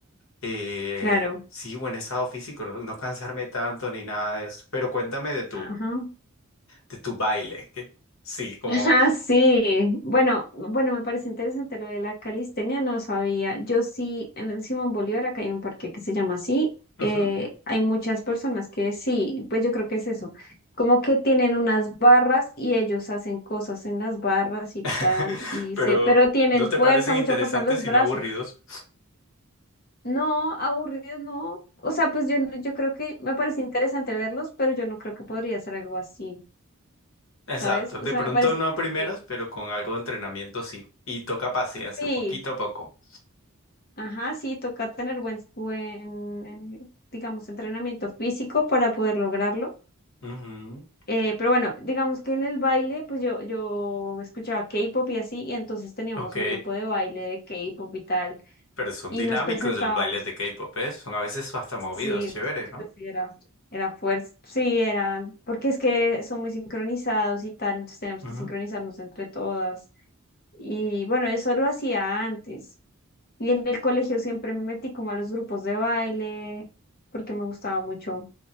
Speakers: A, on the left; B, on the left.
A: eh,
B: claro.
A: sí, buen estado físico, no, no cansarme tanto ni nada de eso. Pero cuéntame de tu,
B: Ajá.
A: de tu baile, que sí, como...
B: Ah, sí. Bueno, bueno, me parece interesante lo de la calistenia, no sabía. Yo sí, en el Simón Bolívar, acá hay un parque que se llama así.
A: ujú.
B: eh, hay muchas personas que sí, pues yo creo que es eso. Como que tienen unas barras y ellos hacen cosas en las barras y
A: <laughs>
B: tal, y
A: Pero
B: se, pero tienen
A: ¿no te
B: fuerza,
A: parecen
B: mucha
A: interesantes
B: fuerza en los
A: sino
B: brazos.
A: aburridos?
B: No, aburrido, no. O sea, pues yo, yo creo que me parece interesante verlos, pero yo no creo que podría hacer algo así,
A: Exacto,
B: ¿sabes?
A: de
B: O sea,
A: pronto
B: me parece
A: no
B: chévere.
A: a primeras, pero con algo de entrenamiento sí. Y toca paciencia,
B: Sí.
A: poquito a poco.
B: Ajá, sí, toca tener buen, buen, eh, digamos, entrenamiento físico para poder lograrlo.
A: Ujú,
B: Eh, pero bueno, digamos que en el baile, pues yo, yo escuchaba K-pop y así, y entonces teníamos
A: Ok,
B: un grupo de baile de K-pop y tal,
A: pero son
B: y
A: dinámicos
B: nos presentábamos.
A: los bailes de K-pop, ¿eh? Son a veces hasta movidos,
B: Sí,
A: chévere,
B: pues
A: no
B: sí, era, era fuerza, sí, eran, porque es que son muy sincronizados y tal, entonces teníamos
A: Ujú.
B: que sincronizarnos entre todas. Y bueno, eso lo hacía antes. Y en el colegio siempre me metí como a los grupos de baile, porque me gustaba mucho.